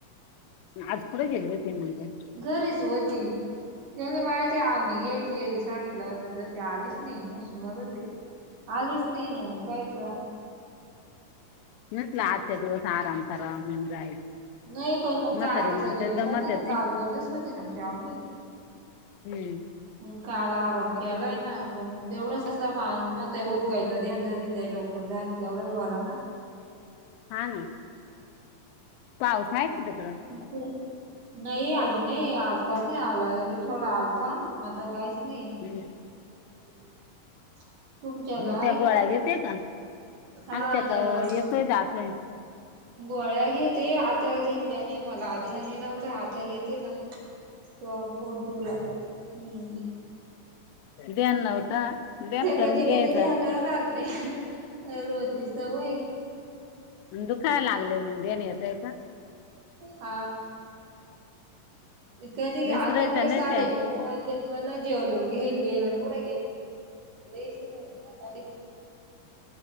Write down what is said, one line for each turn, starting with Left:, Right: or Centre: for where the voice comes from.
Left: आज कुठं गेली होती म्हणते?
Right: घरीच व्हती त्याले माहिते आवनी घ्यायचे, सांगितलं होत, त ते आलेच नाही, मूस मरून दे. आलीच नाही न, मग कायचा?
Left: म्हटलं आजच्या दिवस आराम कराव, मग जाईल
Right: नाही पण मग
Left: म्हातारी
Right: कालचा
Left: माणसं
Right: दिवस
Left: दमत
Right: होता
Left: येते
Right: ना, काल बंदच होती ना आमची आवनी.
Left: हम्म
Right: मग काल आराम केलाय ना, पण तेवढच कसं म्हणतंय उरकायच धनधरीतय लोक मग झालं तेवढाच वारा ना?
Left: हा, न पाऊस, हाय का तिकडं?
Right: मग कुठ? नई, आज नाई, आज कसं नाय आला, यरी थोडा आलता, आता काहीच नाही.
Left: हम्
Right: <inaudible>
Left: हुम्म
Right: ग आहे
Left: त्या गोळ्या
Right: का
Left: घेते का,
Right: हा
Left: आमच्याक
Right: त्या गोळ्या
Left: येतोय डाकन?
Right: गोळ्या घेते, आता घेतल्या नाही, मला आत हयाने नव्हता, आता घेते ना तुव्हा फोन ठिवला की हम
Left: ध्यान नव्हता देण करून
Right: कधी
Left: घ्यायचा
Right: कधी ध्यानही राहत नाही रोजची सवय
Left: दुखाय लागले मग ध्यान येतय का?
Right: हा कधी
Left: विसरायच्या
Right: आता बाई
Left: नाही
Right: साडे
Left: त्या
Right: नऊ वाजलेत मला जेवलो व घेईल घेईल अन् कुठं गेली? गेली इसरून आता <inaudible>